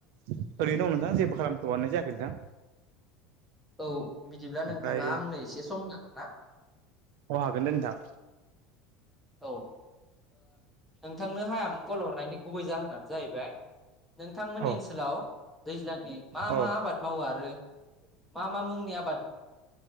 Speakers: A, on the right; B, in the centre.
A: ओरैनो दं नोंथां जेबो खालामथ'नाय जायाखै नोंथां
B: औ बिदिब्ला
A: ओमफ्राय
B: नोंथाङा आंनो एसे समहोनो हागोन ना
A: अ हागोन दे नोंथां
B: औ ओ नोंथांनोहा आं कल हरनायनि गुबै जाहोनानो जाहैबाय नोंथांमोननि
A: औ
B: ओनसोलाव दैज्लांनि मा
A: औ अ
B: मा आबाद मावो आरो मा मा मुंनि आबाद